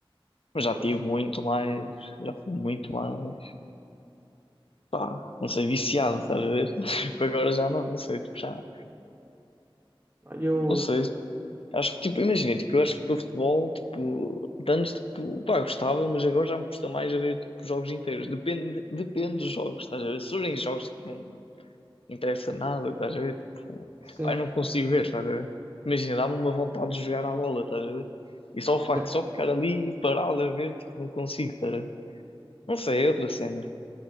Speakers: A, on the left; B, on the right.
A: Mas já
B: pois.
A: tive muito mais, já fui muito mais, pá, não sei, viciado, estás a ver? <laughs> Tipo, Agora já não, não sei, tipo, já
B: Eu,
A: Não sei. Acho que, tipo, imagina, tipo, eu acho que para futebol, tipo, de antes, tipo, pá, gostava, mas agora já me custa mais a ver, tipo, jogos inteiros. Depende, depende dos jogos, estás a ver? Se forem jogos que não interessa nada, estás a ver? Tipo,
B: sim.
A: pá, eu não consigo ver, estás a ver? Imagina, dá-me uma vontade de jogar à bola, estás a ver? E só o facto
B: é,
A: de só ficar ali parado a ver, tipo, não consigo, estás a ver? Não sei, é outra cena.